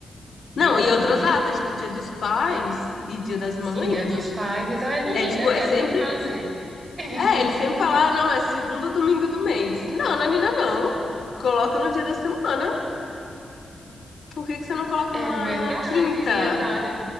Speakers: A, on the right; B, on the left.
A: Dia
B: Não,
A: da
B: e outras
A: mulher.
B: datas, tipo Dia dos Pais e Dia das Mães,
A: Sim, dia dos pais. Então é domingo,
B: é tipo,
A: né, mulher?
B: é sempre.
A: Não tem o que fazer. <laughs>
B: É, eles sempre falam, ah, não, é segundo domingo do mês. Não, Nanina, não. Coloca no dia da semana. Por que que você não coloca
A: É
B: numa,
A: verdade,
B: numa quinta?
A: dia tal. dia-